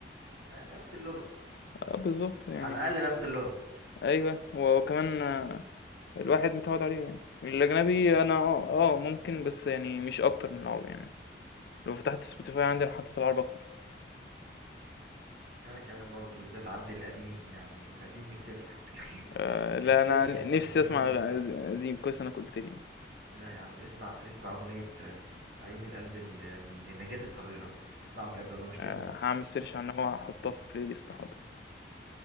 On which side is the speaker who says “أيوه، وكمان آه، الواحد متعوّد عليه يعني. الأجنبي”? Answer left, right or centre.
Left